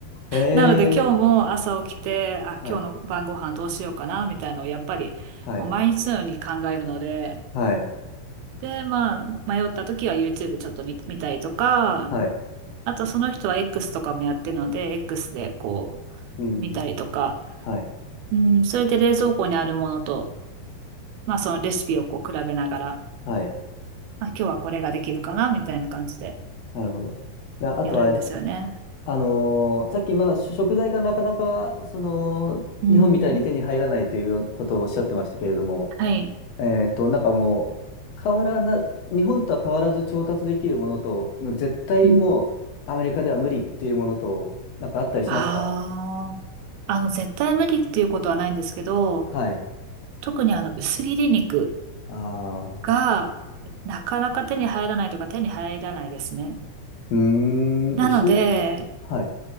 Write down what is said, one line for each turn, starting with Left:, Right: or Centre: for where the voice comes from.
Left: へえ、
Right: なので今日も朝起きて、あ、
Left: はい、
Right: 今日の晩ご飯どうしようかな、みたいのをやっぱりもう毎日のように考えるので、
Left: はい、はい、
Right: で、まあ、迷った時は YouTube ちょっと見、見たりとか、
Left: はい、
Right: あとその人は X とかもやってるので、X でこ
Left: うん、
Right: う、見たりとか、
Left: はい、
Right: うん、それで冷蔵庫にあるものと、まあそのレシピをこう比べながら、
Left: はい、
Right: あ、今日はこれができるかな、みたいな感じで
Left: なるほど。であとは、
Right: やるんですよね。
Left: あのーさっき、まあ、し食材がなかなか、その、
Right: うん。
Left: 日本みたいに手に入らないということをおっしゃってましたけれども、
Right: はい。
Left: えっと、なんかもう、変わらな、日本とは変わらず調達できるものと、絶対もう、
Right: うん。
Left: アメリカでは無理っていうものと、なんかあったりしますか
Right: ああ、あの、絶対無理っていうことはないんですけど、
Left: はい。
Right: 特にあの、薄切り肉
Left: ああ。
Right: が、なかなか手に入らないとか手に入らないですね。
Left: うーん、
Right: なので、
Left: 薄い。はい。